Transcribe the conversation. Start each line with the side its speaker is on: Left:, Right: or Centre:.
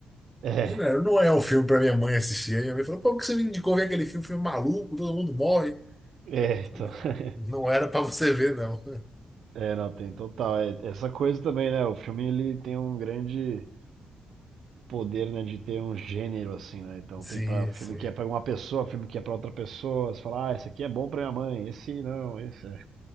Right: É,
Centre: Não, não é um filme para minha mãe assistir. Aí minha mãe falou, pô, por que você me indicou ver aquele filme, filme é maluco, todo mundo morre.
Right: é, então.
Centre: Eu falei,
Right: <laughs>
Centre: é, não era para você ver, não.
Right: É, não, tem total. É, essa coisa também, né? O filme ele tem um grande poder, né, de ter um gênero assim, né? Então
Centre: Sim,
Right: tem para filme
Centre: sim.
Right: que é para uma pessoa, filme que é para outra pessoa. Você fala, ah, esse aqui é bom para minha mãe, esse não, esse é,